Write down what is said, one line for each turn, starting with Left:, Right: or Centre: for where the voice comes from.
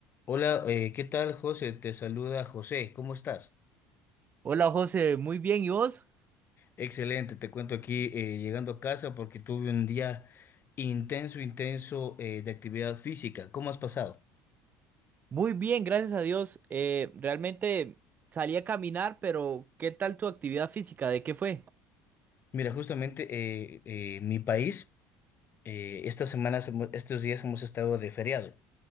Left: Hola, eh, ¿qué tal, José? Te saluda José, ¿cómo estás?
Right: Hola José, muy bien, ¿y vos?
Left: Excelente, te cuento aquí eh, llegando a casa porque tuve un día intenso, intenso eh, de actividad física. ¿Cómo has pasado?
Right: Muy bien, gracias a Dios. Eh, realmente salí a caminar, pero ¿qué tal tu actividad física? ¿De qué fue?
Left: Mira, justamente eh, eh, mi país, eh, estas semanas, hemo- estos días hemos estado de feriado.